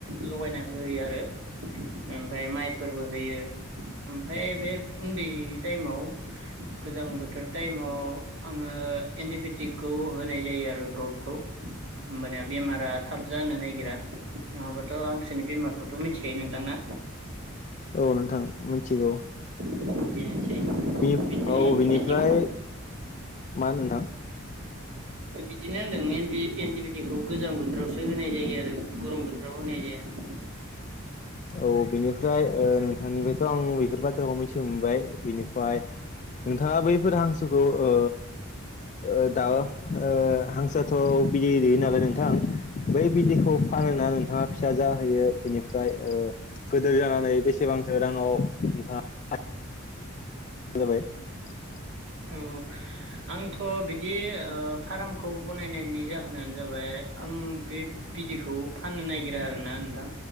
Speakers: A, on the right (about 65°); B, on the left (about 35°).
A: लगायना होयो आरो। ओमफाय माइफोरबो होयो ओमफ्राय बे उन्दै टाइमाव गोजां बोथोर टाइमाव आङो एन्टिबायटिकखौ होनाय जायो आरो द्रपखौ। होमबानिया बेमारा थाब जानो नागिरा। नङाबाथ' हांसोनि बेमारखौथ' मिथिखायो नोंथांना?
B: औ नोंथां मिथिगौ।
A: <unintelligible> बिदिनो
B: बियो औ
A: एन्टिबायटिक
B: बिनिफ्राय मा नोंथां?
A: ओ बिदिनो होनदों एन्टि- एन्टिबिटिखौ गोजां बोथोरावसो होनाय जायो आरो गरम बोथोराव होनाय जाया। <inaudible>
B: औ बिनिफ्राय ओ नोंथांनिफ्रायथ' आं बिफोर बाथ्राखौ मिथि मोनबाय बिनि फाय नोंथाङा बैफोर हांसोखौ ओ ओ दा ओ हांसोआथ' बिदै दैयो नालाय नोंथां बै बिदैखौ फा फानोना नोंथाङा फिसा जाहोयो बेनिफ्राय ओ गोदोर जानानै बेसेबांसो राङाव नोंथाङा <unintelligible>
A: औ आंथ' बिदि ओ फारामखौ बनायनायनि जाहोनानो जाबाय आं बे बिदैखौ फाननो नागिरा आरोना नोंथां